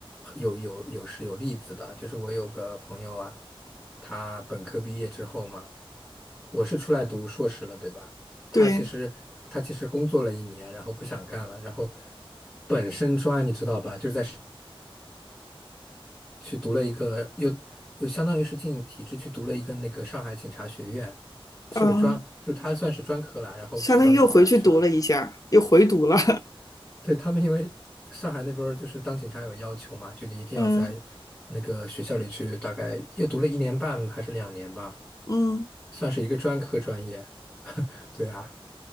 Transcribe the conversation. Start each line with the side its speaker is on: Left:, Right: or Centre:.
Centre: 有有有是有例子的，就是我有个朋友啊，他本科毕业之后嘛，我是出来读硕士了，对吧？他其实他其实工作了一年，
Left: 对，
Centre: 然后不想干了，然后本身专，你知道吧，就是在。去读了一个，又又相当于是进体制去读了一个那个上海警察学院，是个专，
Left: 嗯，
Centre: 就是他算是专科啦，然后去当警察去了。
Left: 相当于又回去读了一下，又回读了。
Centre: 对，他们因为上海那边儿就是当警察有要求嘛，就你一定要在那个学校里去，
Left: <laughs> 嗯
Centre: 大概又读了一年半还是两年吧，
Left: 嗯。
Centre: 算是一个专科专业。对啊，